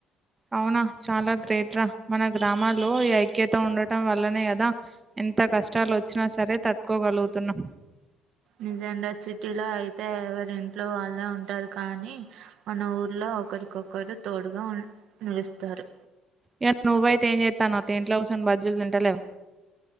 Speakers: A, on the right; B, on the right.
A: అవునా చాలా గ్రేట్ రా, మన గ్రామాల్లో ఈ ఐక్యత ఉండటం వల్లనే కదా ఎంత కష్టాలు ఓచ్చినా సరే తట్టుకోగలుగుతున్నా.
B: నిజాంగా సిటీ లో అయితే, ఎవరి ఇంట్లో వాళ్ళే ఉంటారు కానీ, మన ఊర్లో ఒకరికొకరు తోడుగా ఉన్ నిలుస్తారు.
A: ఇగ నువ్వయితే ఏం చేత్తన్నవ్ తీ, ఇంట్లో కుసోని బజ్జీలు తింటలేవా.